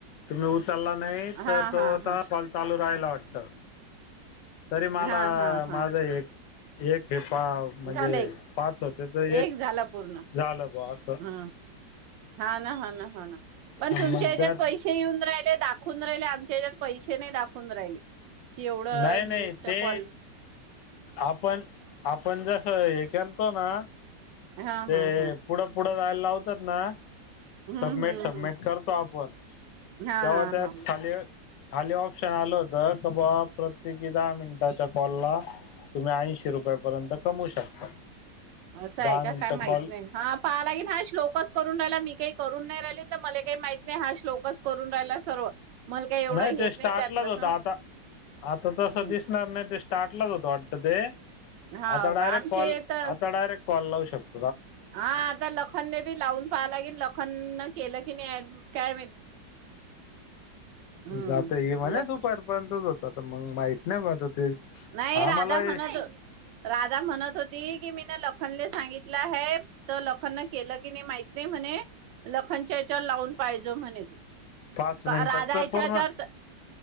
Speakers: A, on the left; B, on the right.
A: तुम्ही. चालला नाही
B: हा
A: तर तो
B: हा हा
A: तवा कॉल चालू राहायला वाटत. तरी मला
B: हा हा
A: माझं
B: हा
A: एक. एक हे. पा म्हणजे
B: झालं एक
A: पाच होते तर
B: एक झाला पूर्ण
A: झालं ब असं
B: ह हा ना हा ना ह ना पण तुमच्या
A: मग
B: हच्यात
A: त्यात
B: पैसे येऊन राहिलेत. दाखवून राहिले आमच्या याच्यात पैसे नाही दाखवून राहिले. कि एवढं
A: नाही नाही
B: मिनट
A: ते
B: कॉल.
A: आपण आपण जर हेतो ना
B: हा
A: ते
B: हा हा.
A: पुढं पुढं जायला लावतात ना
B: हम्म
A: सबमिट
B: हम्म
A: सबमिट
B: हम्म
A: करतो आपण
B: हा
A: तेव्हा
B: हा
A: त्या
B: हा.
A: खाली बघ खाली ऑप्शन आल होत क बाबा प्रत्येकी दहा मिनिटाच्या कॉलला तुम्ही ऐंशी रुपयापर्यंत कमवू शकता
B: असं आहे
A: दहा
B: का
A: मिनिटं
B: काय माहित
A: कॉल
B: नाही हा पहालागे ना हा श्लोकच करून राहिला मी काही करून नाही राहिली तर मले मला काही माहित नाही हा श्लोकच करून राहिला सर्व मला काही एवढं
A: नाही
B: हेच
A: ते स्टार्टलाच
B: त्यातलं
A: होत
B: हा
A: आता आता तसं
B: हम्
A: दिसणार नाही ते स्टार्टलाच होत वाटत ते
B: हा
A: आता
B: का
A: डारेक
B: आमचे
A: कॉल
B: तर
A: आता डारेक कॉल लावू शको
B: हा आता लखन ले बी लावून पाहा लागिन कि लखन न केलं की नाही काय माहित हम्म
A: जात हे म्हणे
B: लख
A: दुपार पर्यंतच होतता मग माहित नाही ब ते
B: नाही राधा
A: आम्हाला
B: म्हणत राधा म्हणत होती की मी लखन ला सांगितलं आहे तर लखन न केलं की नाही माहित नाही म्हणे लखनच्या लखनला लावून पाहिजे म्हणे
A: पाच मिनिटात
B: राधाच्या
A: तर पूर्ण
B: याच्यावर